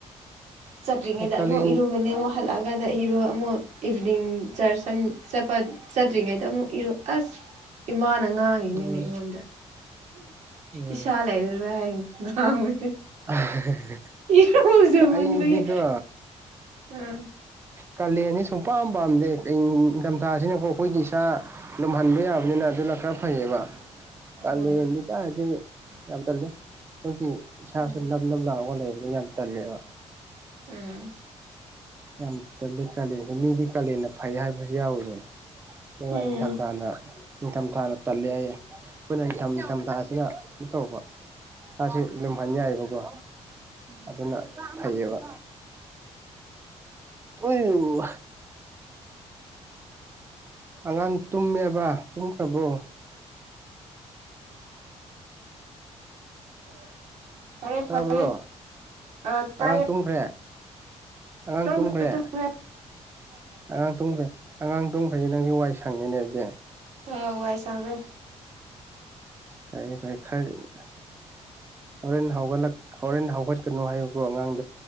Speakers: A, on the right (about 70°); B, on the right (about 20°).
A: ꯆꯠꯇ꯭ꯔꯤꯉꯩꯗ
B: ꯀꯥꯂꯦꯟ
A: ꯑꯃꯨꯛ ꯏꯔꯨꯒꯅꯤ ꯑꯃꯨꯛ ꯍꯜꯂꯛꯑꯒ ꯑꯩꯗꯣ ꯏꯔꯣ ꯑꯃꯨꯛ ꯏꯚꯤꯅꯤꯡ ꯆꯔꯁꯟ ꯆꯠꯄ ꯆꯠꯇ꯭ꯔꯤꯉꯩꯗ ꯑꯃꯨꯛ ꯏꯔꯣ ꯑꯁ ꯏꯃꯥꯅꯥ ꯉꯥꯡꯉꯤꯅꯤꯅꯦ
B: ꯎꯝ
A: ꯑꯩꯉꯣꯟꯗ
B: ꯎꯝ
A: ꯏꯁꯥ ꯂꯩꯔꯔꯣꯏ ꯍꯥꯏꯔ ꯉꯥꯡꯕꯅꯤ
B: ꯑ ꯍ
A: ꯏꯔꯨꯖꯃꯟꯕꯒꯤ
B: ꯑꯩꯏꯗꯤꯀꯣ
A: ꯎꯝ
B: ꯀꯥꯂꯦꯟꯅꯤ ꯁꯨꯡ ꯄꯝ ꯄꯥꯝꯗꯦꯊꯝꯊꯥꯁꯤꯅꯀꯣ ꯑꯩꯈꯣꯏꯒꯤ ꯁꯥ ꯂꯨꯝꯍꯟꯕ ꯌꯥꯕꯅꯤꯅ ꯑꯗꯨ ꯇ ꯈ꯭ꯔ ꯐꯩꯉꯦꯕ ꯀꯥꯂꯦꯟ
A: ꯎꯝ
B: ꯂꯩ ꯀꯥꯏꯗꯩ ꯌꯥꯝ ꯇꯜꯂꯦ ꯑꯩꯈꯣꯏꯒꯤ ꯏꯁꯥꯁꯨ
A: ꯎꯝ
B: ꯅꯞ ꯅꯞ ꯂꯥꯛꯒ ꯂꯩꯕ ꯑꯗꯨ ꯌꯥꯝ ꯇꯜꯂꯦꯕ
A: ꯎꯝ
B: ꯌꯥꯝ ꯇꯜꯂꯦ ꯀꯥꯂꯦꯟꯁꯦ ꯃꯤꯗꯤ ꯀꯥꯂꯦꯅ ꯐꯩ ꯍꯥꯏꯕꯁꯨ ꯌꯥꯎꯋꯦ ꯑꯗꯨꯒ
A: ꯎꯝ
B: ꯏ ꯅꯤꯡꯊꯝꯊꯥꯗ ꯅꯤꯡꯊꯝꯊꯥꯅ ꯇꯠꯂꯦ ꯍꯥꯏꯌꯦ ꯑꯩꯈꯣꯏꯅ ꯌꯥꯝ ꯅꯤꯡꯊꯝ ꯊꯥꯁꯤꯅ ꯀꯩꯅꯣ ꯇꯧꯕ ꯃꯥꯁꯤ ꯂꯨꯝꯍꯟ ꯌꯥꯏꯑꯕꯀꯣ ꯑꯗꯨꯅ ꯐꯩꯌꯦꯕ
A: <inaudible>
B: ꯎꯩꯕꯨ ꯑꯉꯥꯡ ꯇꯨꯝꯃꯦꯕ ꯇꯨꯝꯈ꯭ꯔꯕꯣ
A: <unintelligible>
B: ꯇꯥꯕ꯭ꯔꯣ
A: ꯐꯔꯦ ꯑ ꯇꯥꯏꯌꯦ
B: ꯑꯉꯥꯡ ꯇꯨꯝꯈ꯭ꯔꯦ ꯑꯉꯥꯡ
A: ꯇꯨꯝꯈ꯭ꯔꯣ
B: ꯇꯨꯝꯈ꯭ꯔꯦ
A: ꯇꯨꯝꯈ꯭ꯔꯣ
B: ꯑꯉꯥꯡ ꯇꯨꯝꯈ꯭ꯔꯦ ꯑꯉꯥꯡ ꯇꯨꯝꯈ꯭ꯔꯦ ꯅꯪꯒꯤ ꯋꯥꯏꯁ ꯁꯪꯉꯦꯅꯦ ꯅꯗꯨꯗꯤ
A: ꯑ ꯋꯥꯏꯁꯪ ꯔꯦ
B: ꯐꯔꯦ ꯐꯔꯦ ꯈꯔ ꯍꯣꯔꯦꯟ ꯍꯧꯒꯠꯂꯛ ꯍꯣꯔꯦꯟ ꯍꯧꯒꯠꯀꯅꯨ ꯍꯥꯏꯌꯨꯀꯣ ꯑꯉꯥꯡ